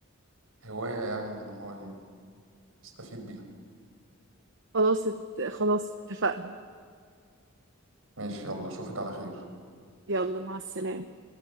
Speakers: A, on the right (about 75°); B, on the right (about 60°).
A: هواية يعني إن هو يستفيد بيها
B: خلاص ات- خلاص اتفقنا
A: ماشي يلا أشوفك على خير
B: يلا مع السلامة